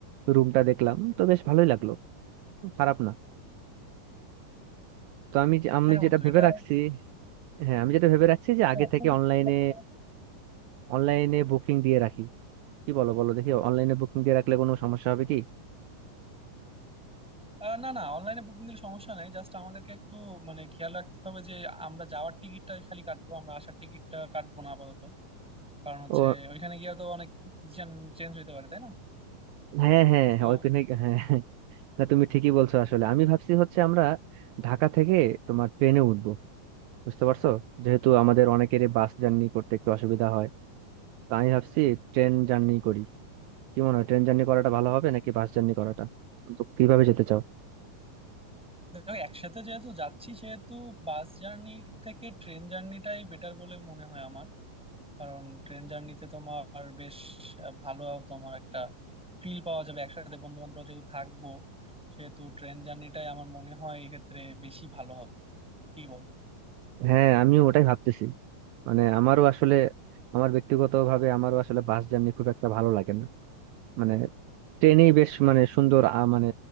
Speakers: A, on the right; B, in the centre.
A: রুমটা দেখলাম তো বেশ ভালোই লাগলো খারাপ না তো আমি যে- আমি
B: হ্যাঁ
A: যেটা
B: বন্ধু
A: ভেবে
B: এটা
A: রাখছি হ্যাঁ আমি যেটা ভেবে রাখছি যে
B: হ্যাঁ,
A: আগে
B: তুমি
A: থেকে
B: একটু
A: অনলাইনে
B: plan করো তো।
A: অনলাইনে বুকিং দিয়ে রাখি কি বলো বলো দেখি অনলাইনে বুকিং দিয়ে রাখলে কোনো সমস্যা হবে কি
B: আহ, না না অনলাইনে বুকিং দিলে সমস্যা নাই জাস্ট আমাদেরকে একটু মানে খেয়াল রাখতে হবে যে আমরা যাওয়ার টিকিটটা খালি কাটবো আমরা আসার টিকিটটা কাটবো না আপাতত কারণ হচ্ছে
A: ও
B: ওইখানে গিয়ে তো অনেক ডিসিশন চেঞ্জ হইতে পারে তাই না
A: হ্যাঁ হ্যাঁ
B: তো
A: হ্যাঁ, ওইখানে হ্যাঁ হ্যাঁ। না তুমি ঠিকই বলছো আসলে আমি ভাবছি হচ্ছে আমরা ঢাকা থেকে তোমার ট্রেনে উঠবো বুঝতে পারছো যেহেতু আমাদের অনেকেরই বাস জার্নি করতে একটু অসুবিধা হয় তো আমি ভাবছি ট্রেন জার্নি করি কি মনে হয় ট্রেন জার্নি করাটা ভালো হবে নাকি বাস জার্নি করাটা তো কিভাবে যেতে চাও
B: দেখো একসাথে যেহেতু যাচ্ছি সেহেতু বাস জার্নির থেকে ট্রেন জার্নিটাই বেটার বলে মনে হয় আমার কারণ ট্রেন জার্নিতে তোমার বেশ আহ, ভালো তোমার একটা ফিল পাওয়া যাবে একসাথে বন্ধু বান্ধব যেহেতু থাকবো সেহেতু ট্রেন জার্নিটাই আমার মনে হয় এক্ষেত্রে বেশি ভালো হবে কি বলো
A: হ্যাঁ আমিও ওটাই ভাবতেছি মানে আমারও আসলে আমার ব্যক্তিগতভাবে আমারও আসলে বাস জার্নি খুব একটা ভালো লাগে না মানে ট্রেনেই বেশ মানে সুন্দর আহ, মানে